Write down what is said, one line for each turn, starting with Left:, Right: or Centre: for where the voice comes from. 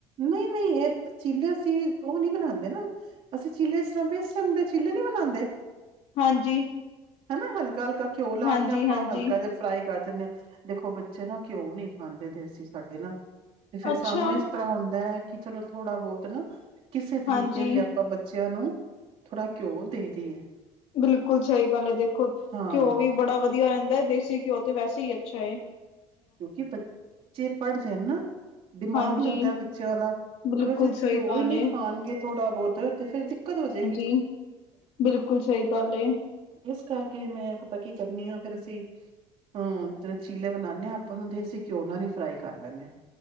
Right: ਨਈ ਨਈ ਏ ਚੀਲੇ ਅਸੀ ਦੋ ਨਈ ਬਨਾਂਦੇ ਨਾ। ਅਸੀ ਚਿਲੇ ਇਸ ਤਰਾ ਵੇਸਨ ਦੇ ਚਿਲੇ ਨੀ ਬਨਾਂਦੇ
Left: ਹਾਂਜੀ
Right: ਹਨਾ ਹਲਕਾ, ਹਲਕਾ ਘਿਓ ਲਾ
Left: ਹਾਂਜੀ,
Right: ਕੇ ਆਪਾਂ
Left: ਹਾਂਜੀ
Right: ਹਲਕਾ ਜਿਆ ਫਰਾਈ ਕਰ ਦਿੰਨੇ ਆ। ਦੇਖੋ ਬੱਚੇ ਨਾ ਘਿਓ ਨੀ ਖਾਂਦੇ ਦੇਸੀ ਸਾਡੇ ਨਾ ਤੇ ਫੇਰ
Left: ਅੱਛਾ।
Right: ਸਾਨੂੰ ਏਸ ਤਰ੍ਹਾਂ ਹੁੰਦਾ ਐ ਕਿ ਚਲੋ ਥੋੜ੍ਹਾ ਬੌਤ ਨਾ ਕਿਸੇ ਤਰੀਕੇ
Left: ਹਾਂਜੀ
Right: ਵੀ ਆਪਾਂ ਬੱਚਿਆਂ ਨੂੰ ਥੋੜਾ ਘਿਓ ਦੇ ਦੀਏ।
Left: ਬਿਲਕੁਲ ਸਈ ਗੱਲ ਐ ਦੇਖੋ
Right: ਹਾਂ
Left: ਘਿਓ ਵੀ ਬੜਾ ਵਧੀ ਆ ਰੇਂਦਾ ਏ ਦੇਸੀ ਘਿਓ ਤੇ ਵੈਸੇ ਈ ਅੱਛਾ ਏ।
Right: ਕਿਉਂਕਿ ਬੱ ਚੇ ਪੜ੍ਹ ਰੇ ਨਾ ਦਿਮਾਗ
Left: ਹਾਂਜੀ
Right: ਲੱਗਦਾ ਏ ਬੱਚਿਆਂ ਦਾ।
Left: ਬਿਲਕੁਲ
Right: ਅਗਰ ਜੇ
Left: ਸਹੀ
Right: ਘਿਓ
Left: ਗੱਲ
Right: ਈ ਨੀ
Left: ਏ
Right: ਖਾਣਗੇ ਥੋੜ੍ਹਾ ਬੌਤ ਤੇ ਫੇਰ ਦਿੱਕਤ ਹੋ
Left: ਹਾਂਜੀ
Right: ਜੇਗੀ।
Left: ਬਿਲਕੁਲ ਸਈ ਗੱਲ ਏ।
Right: ਇਸ ਕਰਕੇ ਮੈਂ ਪਤਾ ਕੀ ਕਰਨੀ ਆਂ ਫੇਰ ਅਸੀ ਹੰ ਤੇ ਚੀਲੇ ਬਨਾਨੇ ਆਂ। ਉਨੂੰ ਦੇਸੀ ਘਿਓ ਨਾਲ ਈ ਫਰਾਈ ਕਰ ਲੈਨੇ ਆਂ